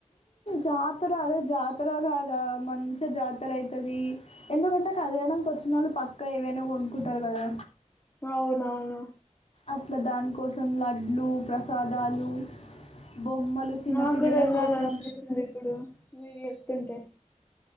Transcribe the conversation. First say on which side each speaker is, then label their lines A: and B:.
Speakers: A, on the left (about 55°); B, on the left (about 15°).
A: జాతర అరే జాతర కాదా మంచి జాతర అయితాది ఎందుకంటే కళ్యాణం కొ వచ్చినోళ్ళు పక్కా ఏవైనా కొనుక్కుంటారు కదా
B: అవునవును
A: అట్లా దానికోసం లడ్లు ప్రసాదాలు బొమ్మలు చిన్నపిల్లల
B: నాకు కూడా వెళ్ళాలనిపిస్తుంది
A: కోసం
B: ఇప్పుడు మీరు చెప్తుంటే